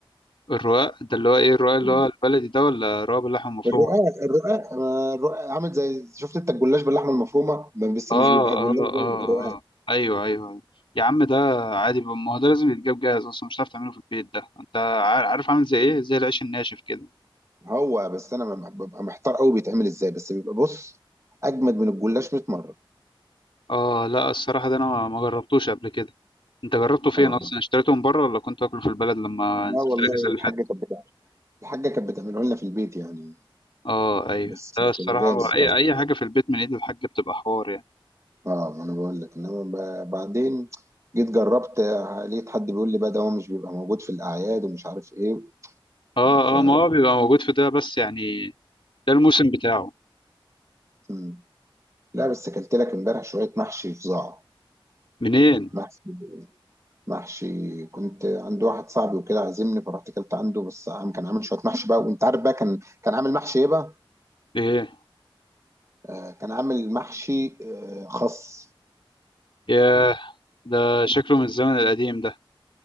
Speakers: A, on the left (about 65°); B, on the right (about 35°).
A: الرقاق ده اللي هو ايه الرقاق اللي
B: مم.
A: هو البلدي ده ولا رقاق باللحمة المفرومة
B: الرقاق الرقاق آه، الرقاق عامل زي شفت انت الجلاش باللحمه المفرومه بس
A: اه
B: مش بيبقى
A: اه
B: جلاش
A: اه
B: بقى
A: اه
B: بيبقى رقاق
A: آه. ايوه ايوه أيوة. يا عم ده عادي بقى، ما هو ده لازم يتجاب جاهز اصلا مش هتعرف تعمله في البيت ده انت عار- عارف عامل زي ايه زي العيش الناشف كده
B: هو بس انا م- ببقى محتار قوي بيتعمل ازاي بس بيبقى بص اجمد من الجلاش 100 مره
A: اه لا الصراحة ده انا ما ما جربتوش قبل كده انت جربته فين
B: اه
A: اصلا اشتريته من بره ولا كنت واكله في البلد لما
B: لا
A: نزلت
B: والله
A: الاجازة اللي
B: الحاجه
A: فاتت
B: كانت بتعمل الحاجه كانت بتعمله لنا في البيت يعني
A: اه ايوه
B: بس
A: ده الصراحة
B: كان جامد
A: هو اي
B: طبعا
A: اي حاجة في البيت من ايد الحاج بتبقى حوار يعني
B: اه ما انا بقول لك انما ب- بعدين جيت جربت آه، لقيت حد بيقول لي بقى ده هو مش بيبقى موجود في الاعياد ومش عارف ايه
A: اه
B: ف
A: اه ما هو بيبقى موجود في ده بس يعني ده الموسم بتاعه
B: م. لا بس اكلت لك امبارح شويه محشي فظاع
A: منين
B: محشي محشي كنت عند واحد صاحبي وكده عازمني فرحت اكلت عنده بس عم- كان عامل شويه محشي بقى وانت عارف بقى كان كان عامل محشي ايه بقى
A: ايه
B: آه، كان عامل محشي آه، خس
A: ياه ده شكله من الزمن القديم ده